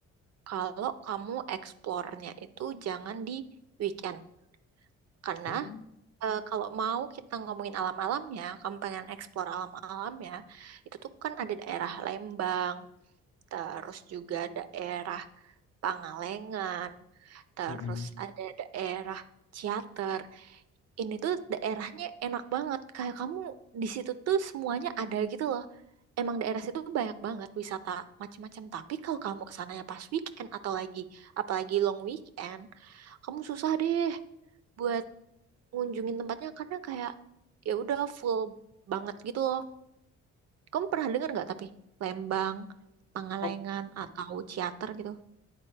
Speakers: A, on the right; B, on the left.
A: kalau kamu eksplornya itu jangan di weekend. Karena
B: Hmm,
A: eh, kalau mau kita ngomongin alam-alamnya, kamu pengen explore alam-alamnya, itu tuh kan ada daerah Lembang, terus juga daerah Pangalengan, terus
B: mm-mm.
A: ada daerah Ciater. Ini tuh daerahnya enak banget. Kayak kamu di situ tuh semuanya ada gitu loh. Emang daerah situ banyak banget wisata macam-macam. Tapi kalau kamu kesananya pas weekend atau lagi apalagi long weekend, kamu susah deh buat ngunjungin tempatnya karena kayak ya udah full banget gitu loh. Kamu pernah dengar nggak tapi Lembang, Pangalengan
B: Oh,
A: atau Ciater gitu?